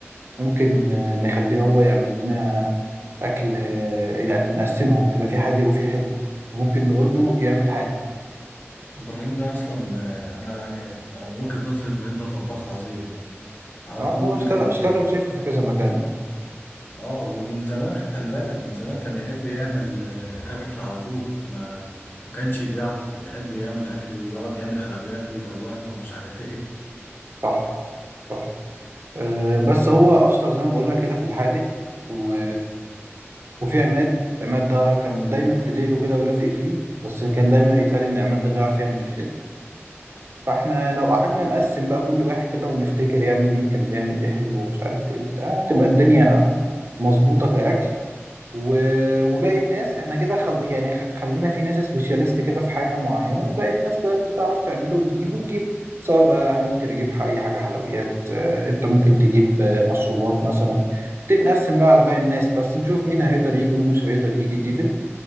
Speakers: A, on the right; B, on the left.
A: ممكن آه، نخليه هو يعمل لنا اكل آه، يعني نقسمهم يبقى في حادق وفي حلو وممكن نقول له يعمل حادق
B: ابراهيم ده اصلا آه، انا انا من وجهة نظري ابراهيم ده طباخ عظيم على
A: اه
B: طول
A: هو اشتغل
B: كان
A: اشتغل شيف في كذا مكان
B: اه آه، ومن زمان خلي بالك من زمان كان يحب يعمل آه، اكل على طول ما ما كانش بيعطل يحب يعمل اكل ويقعد يعمل حلويات ويدوقنا ومش عارف ايه
A: صح صح أه بس هو اشطر زي ما بقول لك كده في الحادق و... وفي عماد عماد ده كان دايما في ديله كده ولازق فيه بس كان دايما يتقال ان عماد ده بيعرف يعمل الحلو فاحنا لو قعدنا نقسم بقى كل واحد كده ونفتكر يعني مين كان بيعمل ايه حلو ومش عارف ايه وبتاع تبقى الدنيا مظبوطة كأكل و... وباقي الناس احنا كده خل... يعني خ- خلينا في ناس سبيشاليست كده في حاجة معينة وباقي الناس بقى اللي تعرف تعمله وتجيبه تجيبه سواء بقى انا ممكن اجيب ح- اي حاجة حلويات آه، انت ممكن تجيب آه، مشروبات مثلا نبتدي نقسم بقى على باقي الناس بس نشوف مين هيقدر يجي ومين مش هيقدر يجي الايفنت